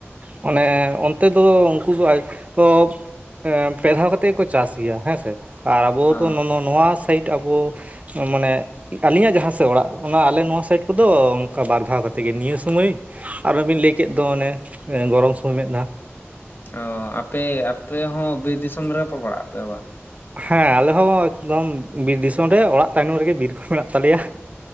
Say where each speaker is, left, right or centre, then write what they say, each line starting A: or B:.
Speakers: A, on the right; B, on the left.
A: ᱚᱱᱮ ᱚᱱᱛᱮ ᱫᱚ ᱩᱱᱠᱩ ᱫᱚ ᱯᱮ ᱫᱷᱟᱣ ᱠᱟᱛᱮ ᱜᱮ ᱠᱚ ᱪᱟᱥ ᱜᱮᱭᱟ ᱦᱮᱸ ᱥᱮ ᱟᱨ ᱟᱵᱚ
B: ᱚ
A: ᱫᱚ ᱱᱚᱣᱟ ᱥᱟᱭᱤᱰ ᱟᱵᱚ ᱢᱟᱱᱮ ᱟᱞᱤᱧᱟᱜ ᱡᱟᱦᱟᱸ ᱥᱮᱫ ᱚᱲᱟᱜ ᱚᱱᱟ ᱟᱞᱮ ᱱᱚᱣᱟ ᱥᱟᱭᱤᱰ ᱠᱚᱫᱚ ᱚᱱᱠᱟ ᱵᱟᱨ ᱫᱷᱟᱣ ᱠᱟᱛᱮ ᱛᱮᱜᱮ ᱱᱤᱭᱟᱹ ᱥᱳᱢᱚᱭ ᱟᱨᱚᱚᱵᱤᱱ ᱞᱟᱹᱭ ᱠᱮᱫ ᱫᱚ ᱚᱱᱮ ᱜᱚᱨᱚᱢ ᱥᱳᱢᱚᱭ ᱢᱤᱫ ᱫᱟᱣ
B: ᱚᱻ ᱟᱯᱮ ᱟᱯᱮ ᱦᱚᱸ ᱵᱤᱨ ᱫᱤᱥᱚᱢ ᱨᱮᱜᱮ ᱯᱚ ᱯᱲᱟᱜ ᱟ ᱯᱮ ᱵᱟ
A: ᱦᱮᱸ ᱟᱞᱮ ᱦᱚᱸ ᱮᱠᱫᱚᱢ ᱵᱤᱨ ᱫᱤᱥᱚᱢ ᱨᱮ ᱚᱲᱟᱜ ᱛᱟᱭᱱᱚᱢ ᱨᱮᱜᱮ ᱵᱤᱨ ᱠᱚ ᱢᱮᱱᱟᱜ ᱛᱟᱞᱮᱭᱟ